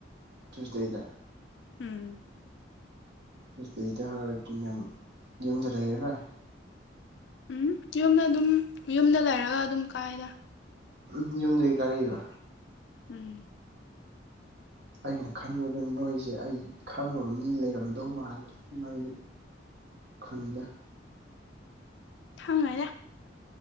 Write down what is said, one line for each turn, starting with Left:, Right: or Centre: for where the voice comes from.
Right: ꯇꯨꯡꯁ ꯂꯩꯗ
Left: ꯎꯝ
Right: ꯑꯗꯨꯗꯩꯗꯔꯗꯤ ꯅꯪ ꯌꯨꯝꯗ ꯂꯩꯔꯔꯣꯏ
Left: ꯎꯝ ꯌꯨꯝꯗ ꯑꯗꯨꯝ ꯌꯨꯝꯗ ꯂꯩꯔꯒ ꯑꯗꯨꯝ ꯀꯥꯏꯗ
Right: ꯎꯝ ꯌꯨꯝꯗꯒꯤ ꯀꯥꯔꯛꯏꯕ
Left: ꯎꯝ
Right: ꯑꯩꯅ ꯈꯟꯕꯗ ꯅꯣꯏꯁꯦ ꯑꯩ ꯈꯪꯕ ꯃꯤ ꯂꯩꯔꯝꯗꯧ ꯃꯥꯜꯂꯦ ꯅꯣꯏ ꯈꯨꯟꯗ
Left: ꯊꯪꯉꯔꯦ